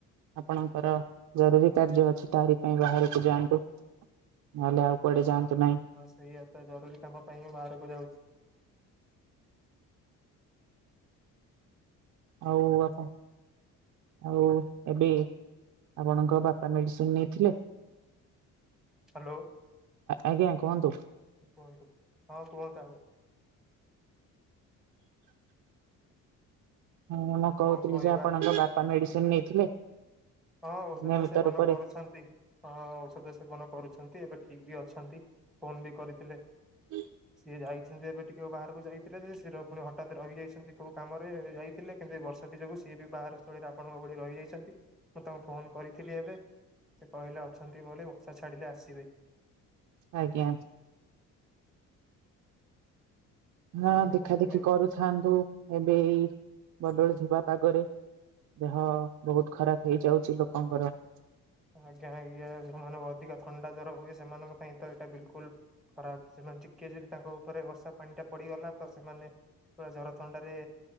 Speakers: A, on the right (about 60°); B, in the centre.
A: ଆପଣଙ୍କର ଜରୁରୀ କାର୍ଯ୍ୟ ଅଛି। ତାରି ପାଇଁ ବାହାରକୁ ଯାଆନ୍ତୁ। ନହେଲେ ଆଉୁକୁଆଡେ ଯାଆନ୍ତୁ ନାହିଁ।
B: ସେୟା ତ ଜରୁରୀ କାମ ପାଇଁ ମୁଁ ବାହାରକୁ ଯାଉଛି।
A: ଆଉ ଆଉ କଂ ଆଉ ଏବେ ଆପଣଙ୍କ ବାପା ମେଡିସିନ୍ ନେଇଥିଲେ।
B: ହାଲୋ!
A: ଆଜ୍ଞା କୁହନ୍ତୁ।
B: କୁହନ୍ତୁ ହଁ କୁହନ୍ତୁ ଆଉ
A: ମୁଁ
B: ଆଉ କଣ
A: କହୁଥିଲି
B: କହିବା
A: ଯେ ଆପଣଙ୍କ ବାପା ମେଡିସିନ୍ ନେଇଥିଲେ।
B: ହଁ ଔଷଧ
A: ନିୟମିତ
B: ତ ସେବନ
A: ରୂପରେ
B: କରୁଛନ୍ତି। ହଁ ଔଷଧ ସେବନ କରୁଛନ୍ତି ଏବେ ଠିକ୍ ବି ଅଛନ୍ତି ଫୋନ୍ ବି କରିଥିଲେ।
A: <inaudible>
B: ସିଏ ଯାଇଛନ୍ତି ଏବେ ଟିକେ ବାହାରକୁ ଯାଇଥିଲେ ଯେ ସ ପୁଣି ହଠାତ ରହିଯାଇଛନ୍ତି କୋଉ କାମରେ। ଯାଇଥିଲେ କିନ୍ତୁ ବର୍ଷାଟି ଯୋଗୁ ସିଏ ବି ବାହାର ସ୍ଥଳରେ ଆପଣଙ୍କ ଭଳି ରହିଯାଇଛନ୍ତି। ମୁଁ ତାଙ୍କୁ ଫୋନ କରିଥିଲି ଏବେ ସେ କହିଲେ ଅଛନ୍ତି ବୋଲି। ବଷା ଛାଡ଼ିଲେ ଆସିବେ।
A: ଆଜ୍ଞା।
B: କୁହନ୍ତୁନି
A: ମୁଁ ଦେଖା
B: କୁହନ୍ତୁନି
A: ଦେଖି କରୁଛି ଥାନ୍ତୁ ଏବେ ବଦଳି ଯିବା ପାଗରେ ଦେହ ବହୁତ ଖରାପ ହେଇଯାଉଛି ଲୋକଙ୍କର।
B: ଆଜ୍ଞା ଆଜ୍ଞା ସେୋମାନଙ୍କୁ ଅଧିକ ଥଣ୍ଡା ଜ୍ର ହୁଏ ସେମାନଙ୍କ ପାଇଁ ତ ଏଇଟା ବିଲକୁଲ ଖରାପ ସେମାନେ ଟିକେ ଯଦି ତାଙ୍କ ଉପରେ ବର୍ଷା ପାଣି ଟା ପଡିଗଲା ତ ସେମାନେ ପୁରା ଜର ଥଣ୍ଡାରେ